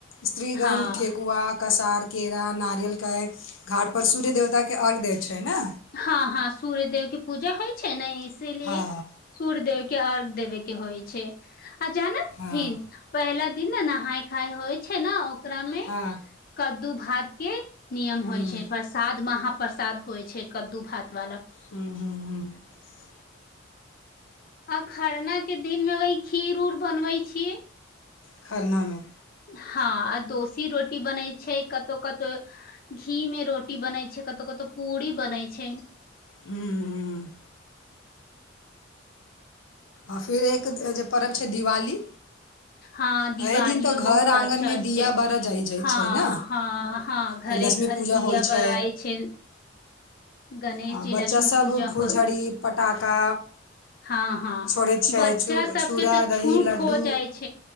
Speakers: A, on the left; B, on the left.
A: स्त्रीगण
B: हँ
A: ठेकुआ कसार केरा नारियलके घाट पर सूर्य देवता के अर्घ्य दे छै ने
B: हँ हँ सूर्य देेव के पूजा होइ छै ने इीलि
A: हँ
B: सूरदे <unintelligible> के अर्घ्य देबे के होइ छैइ आ जानतथिन
A: हँ
B: पहिला दिने ना खाय खाय होइ छै न ओकरामे
A: हँ
B: कद्दू भात के नियम
A: ह्म्म
B: होइ छै प्रसाद महा परसाद होइ छै कद्दू भात वाला
A: हूंअ् हूंअ् हूंअ्
B: आ खरना के दिन मे वही खीर उर बनबै छीयैइ
A: खरना मे
B: हँ आ दोसी रोटी बनै छैइ कत्तौ कतौ तऽ घी में रोटी बनै छैइ कतौ कत्तौ पूड़ी बनै छैइ
A: ह्म्म ह्म्म आ फेर एक जे पर्व छैइ दिवाली
B: हां दिवाली
A: एहि दिन तऽ घर
B: बहुत
A: आङ्गनमे
B: अच्छा
A: दिया
B: छैइ
A: बारह जाइ जाइ
B: हां
A: छै ने
B: हां हँ घरे
A: फिर लक्ष्मी
B: घर
A: पूजा
B: दिया
A: होइ छै
B: बड़ाइ छिन गणेश
A: आ
B: जी
A: बच्चासभ
B: लक्ष्मी पूजा
A: फुलझड़ी
B: होल
A: पटाखा
B: हां हां
A: छोड़ैत छै
B: बच्चा
A: छू
B: सब
A: छूड़ा
B: के तऽ
A: दही
B: छूट
A: लड्डू
B: हो जाइ